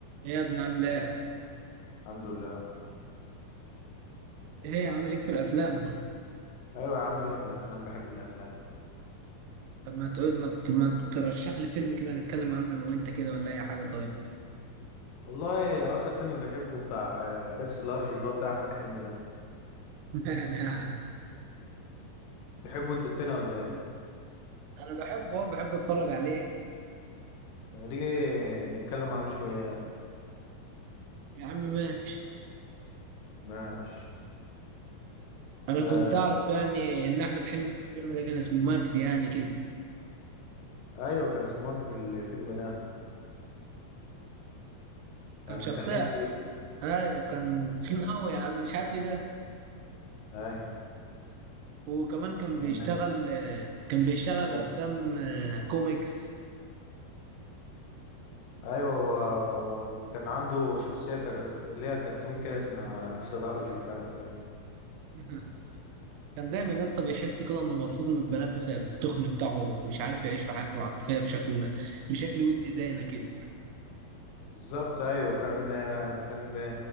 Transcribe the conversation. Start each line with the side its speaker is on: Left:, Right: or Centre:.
Right: ايه يا ابني عامل ايه؟
Left: الحمد لله
Right: ايه يا عم ليك في الافلام؟
Left: ايوه يا عم ليا في الافلام بحب الافلام
Right: طب ما تقول ما, ت- ما ترشح لي فيلم كده نتكلم عنه انا وانت كده ولا اي حاجه طيب
Left: والله اكتر فيلم بحبه بتاع آه، اكس لارج اللي هو بتاع احمد حلمي ده
Right: <laughs> يعني يعني
Left: تحبه انت التاني ولا ايه
Right: انا بحبه هو بحب اتفرج عليه
Left: لما نيجي نتكلم عنه شويه
Right: يا عم ماشي
Left: ماشي
Right: انا
Left: آه
Right: كنت اعرف يعني ان احمد حلمي في الفيلم ده كان اسمه مجدي يعني كده
Left: ايوه كان اسمه مجدي في الفيلم ده كان
Right: كان شخصيه
Left: تخين كده
Right: ايوه كان تخين قوي يا عم مش عارف ايه ده
Left: ايوه
Right: وكمان كان
Left: كان
Right: بيشتغل كان بيشتغل
Left: ايوه
Right: رسام آه، كوميكس
Left: ايوه و... وكان عنده شخصيه كر... اللي هي كرتون كده اسمها اكس لارج ومش عارف ايه
Right: <laughs> كان دايما يا اسطى بيحس كده انه مرفوض من البنات بسبب التخن بتاعه ومش عارف يعيش في حياته العاطفيه بشكل بشكل ودي زينا كده
Left: بالظبط ايوه كان كان